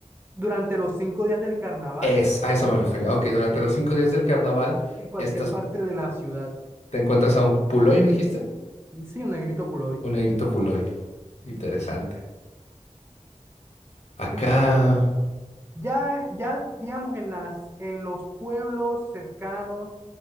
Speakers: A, on the right; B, on the left.
A: Durante los cinco días del carnaval,
B: Es, a eso me refería. Ok, durante
A: sí,
B: los cinco días del carnaval,
A: en cualquier
B: estas,
A: parte de la ciudad.
B: te encuentras a un Puloy, ¿me dijiste?
A: Sí, un negrito por hoy.
B: Un negrito Puloy. Interesante. Acá,
A: Sí, claro. Ya, ya, digamos, en las, en los pueblos cercanos,